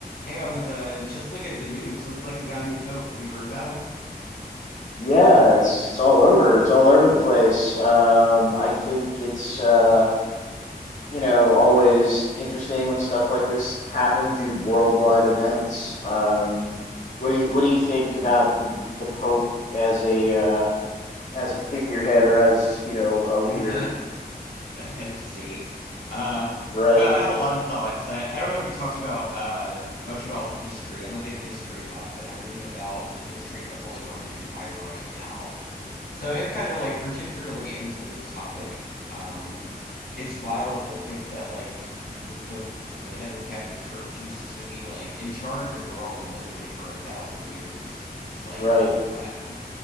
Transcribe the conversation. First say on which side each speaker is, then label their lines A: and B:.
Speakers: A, on the left (about 65°); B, on the left (about 50°).
A: Hey, I was uh just looking at the news. Looks like we got a new pope. Have you heard about him?
B: Yeah, it's, it's all over. It's all over the place. Um, I think it's uh, you know always interesting when stuff like this happens, these worldwide events. Um, what do you what do you think about the Pope as a uh, as a figurehead or as you know a leader?
A: <laughs> A head of state. Uh,
B: Right,
A: well, I have a lot of thoughts. I, I don't know if he talks about uh much about history. I'm a big history buff, and I'm reading about the history of the Holy Roman Empire right now. So I am kind of like particularly into this topic. Um, it's wild to think that like the the Pope, the head of the Catholic Church, used to be like in charge of Rome literally for a thousand years. It's like
B: right.
A: wild.